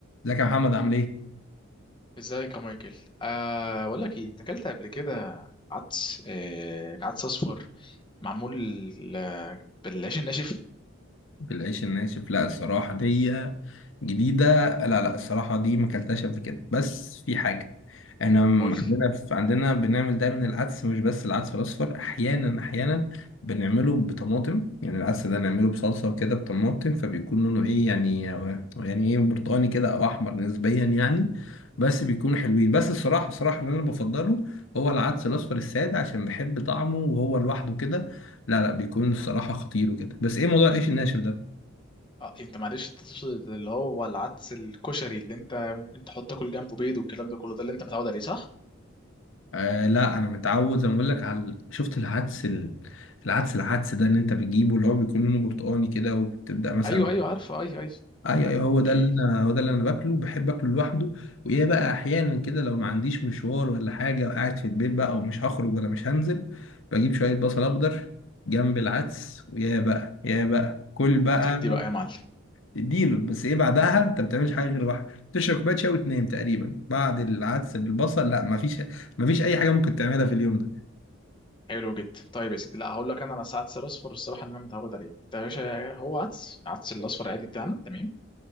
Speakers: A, on the left (about 65°); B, on the left (about 25°).
A: ازيك يا محمد عامل ايه؟
B: ازيك يا مايكل أه بقول لك ايه انت اكلت قبل كده عدس أه عدس اصفر معمول آه، بالعيش الناشف
A: بالعيش الناشف لا الصراحة دي جديدة لا لا الصراحة دي ما اكلتهاش قبل كده بس في حاجة احنا م-
B: قول
A: عندنا
B: لي
A: في عندنا بنعمل دايما العدس مش بس العدس الأصفر أحيانا أحيانا بنعمله بطماطم يعني العدس ده نعمله بصلصة وكده بطماطم فبيكون لونه ايه يعني يعني ايه برتقاني كده أو أحمر نسبيا يعني بس بيكونوا حلوين بس الصراحة الصراحة اللي أنا بفضله هو العدس الأصفر السادة عشان بحب طعمه وهو لوحده كده لا لا بيكون الصراحة خطير وكده بس ايه موضوع العيش الناشف ده
B: اه انت معلش انت تقصد اللي هو العدس الكشري اللي انت ممكن تحط تاكل جنبه بيض والكلام ده كله ده اللي انت متعود عليه صح
A: آه لا انا متعود زي ما بقول لك على شفت العدس ال... العدس العدس ده ان انت بتجيبه اللي هو بيكون لونه برتقاني كده وبتبدأ مثلا
B: ايوه ايوه عارفه ايوه ايوه
A: ايوه ايوه هو ده
B: ايه
A: اللي انا هو ده اللي انا باكله بحب اكله لوحده وايه بقى احيانا كده لو ما عنديش مشوار ولا حاجة وقاعد في البيت بقى ومش هخرج ولا مش هنزل بجيب شوية بصل اخضر جنب العدس ويا بقى يا بقى كل بقى
B: وتدي بقى يا معلم
A: اديله بس ايه بعدها انت ما بتعملش حاجه غير واحد تشرب كوبايه شاي وتنام تقريبا بعد العدس بالبصل لا ما فيش ما فيش اي حاجه ممكن تعملها في اليوم ده
B: حلو جدا طيب يا سيدي لا هقول لك انا على عدس الاصفر الصراحه اللي انا متعود عليه ده يا باشا هو عدس عدس الاصفر عادي بتاعنا تمام